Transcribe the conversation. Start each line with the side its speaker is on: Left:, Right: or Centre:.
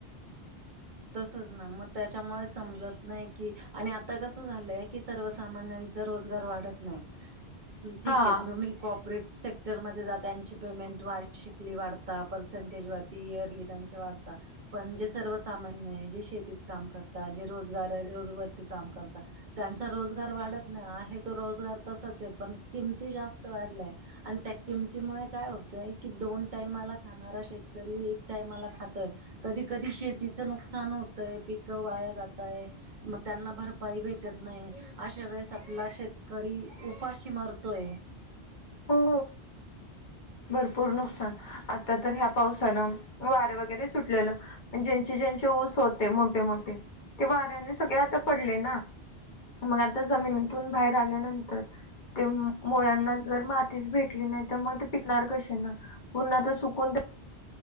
Right: तसंच ना मग त्याच्यामुळे समजत नाही की, आणि आता कसं झालंय. ते सर्वसामान्यांच रोजगार वाढत नाही. ठीक
Left: हा
Right: आहे, तुम्ही को ऑपरेटसाठ इटरमध्ये जा त्यांची पेमेंट वारी शिकली वाढता, पर्सेंटेजवरती इयरली त्यांचे वाढत. पण जे सर्वसामान्य आहे, जे शेतीत काम करता जे रोजगार वरती काम करता. त्यांचा रोजगार वाढत नाही. आहे तो रोजगार तसाच आहे, पण किमती जास्त वाढल्या. आणि त्या किमतीमुळे काय होतंय, की दोन टाइमाला खाणारा शेतकरी एक टाइमाला खातोय. कधी कधी शेतीचं नुकसान होतंय, पिकं वाया जातंय. मग त्यांना भरपाई भेटत नाही, अशा वेळेस आपला शेतकरी उपाशी मारतोय.
Left: हो. भरपूर नुकसान, आता तर ह्या पावसानं. वारं वगैरे सुटलेलं. ज्यांचे ज्यांचे ऊस होते, मोठे मोठे ते वाऱ्याने सगळे आता पडले ना. मग आता जमिनीतून बाहेर आल्यानंतर ते मुळ्यांना. जर मातीच भेटली नाही तर, मग पिकणार कशी ना पुन्हा ते सुकून.